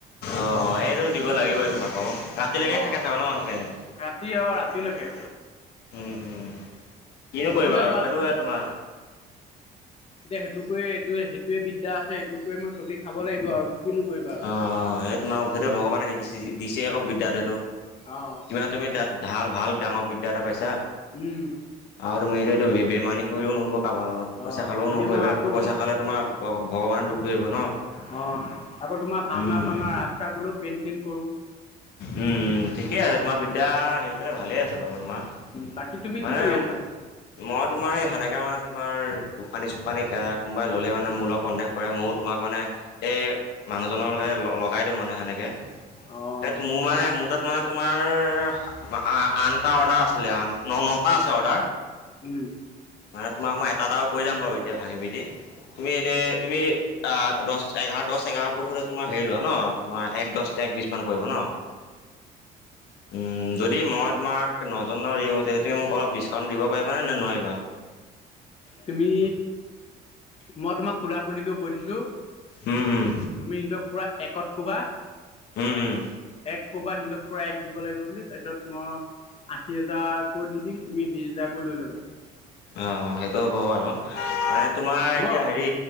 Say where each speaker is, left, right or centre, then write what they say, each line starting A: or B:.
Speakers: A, on the left; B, on the left.
A: অ অ এইটো দিব লাগিবই তোমাক অ ৰাতিলেকে
B: অ'।
A: থাকে চাব ন মানুহখিনি
B: ৰাতি অ' ৰাতিলৈকে
A: উম উম কিনো কৰিবা
B: সিহঁতে
A: আৰু
B: যোৱা
A: সেইটো হয়ে তোমাৰ।
B: সেইটোকয়ে এইটোৱে সেইটোৱে বিদ্যা আছে সেইট কৰিয়ে মই চলি খাব লাগিব আৰু। কিনো কৰিবা আৰু
A: অ অ এই তোমাৰ উখেই ভগৱানে দিছে আকৌ বিদ্যাটো সেটো
B: অ'।
A: কিমান তুমি তাত ভাল ভাল ডাঙৰ বিদ্যা এটা পাইছা।
B: উম।
A: আৰু তুমি এইটো বেইমানী কৰিলেও নহব। পাবাৰ লগত
B: অ'
A: পইচা খালেও
B: এনেই
A: নহ'ব
B: মই
A: সেইবিলাকতো
B: আকৌ
A: পইচা খালে তোমাৰ ভগৱান দুখ ধৰিব ন
B: অঁ আকৌ তোমাৰ ভাওনা
A: উম
B: চাওনা ৰাগ চাস হলেও পেনথিন কৰো।
A: উম ঠিকেই আছে তোমাৰ বিদ্যা হেৰি পেলাক ভালে আছে বাৰু তোমাৰ
B: বাকী তুমি
A: মানে
B: কি কৰি আছা
A: মই তোমাৰ সেই সেনেকা মানে তোমাৰ গশানী চুোকানি কোনোবাই ল'লে মানে মোৰ লগত কণ্টেক্ট কৰে ময়ো তোমাক মানে এই মানুহজন লগাই দিওঁ মানে সেনেকে,
B: অঁ
A: সেই মোৰ মানে মোৰ তাত মানে তোমাৰ আনটা অৰ্ডাৰ আছিলে আ ন নটা আছে অৰ্ডাৰ
B: উম।
A: মানে তোমাক মই এটা এটাও কৈ যাম বাৰু এতিয়া ভাঙি বিটি তুমি এনে তুমি দহ এঘাৰ দহ এঘাৰ ফুট হ'লে তোমাৰ হেৰি লোৱা ন? তোমাৰ এক দহ এক বিশছ মান পৰিব ন? উম, যদি মই তোমাক তে নজনাও ইহঁতি হেটি মোক অলপ ডিছকাউণ্ট দিব পাৰিবা নে নোৱাৰিবা?
B: তুমি, মই তোমাক খোলা -খুলিকে কৈ দিছো।
A: উম উম
B: তুমি সিনতক পুৰা একত কবা
A: উম উম
B: এক কবা সিনতক পূৰা এক দিব লাগিব বুলি তাৰপিছত মই আশী হেজাৰকৈ দি দিম তুমি বিশ হেজাৰ কৈ লৈ লবা
A: অহ, সেইটো হ'ব বাৰু মানে তোমাৰ
B: হ'ব
A: এতিয়া হেৰি